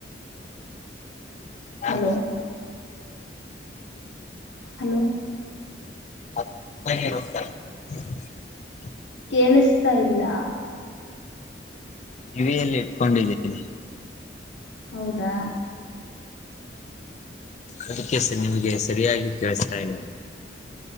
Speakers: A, on the left; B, on the left.
A: ನಾನು
B: ಹಲೋ. ಹಲೋ
A: <inaudible>
B: ಕೇಳಿಸ್ತಾ ಇಲ್ಲ.
A: ಕಿವಿಯಲ್ಲಿ ಇಟ್ಕೊಂಡಿದ್ದೀನಿ.
B: ಹೌದಾ.
A: ಅದಕ್ಕೆ ಸರ್ ನಿಮ್ಗೆ ಸರಿಯಾಗಿ ಕೇಳಸ್ತಾ ಇದೆನಾ.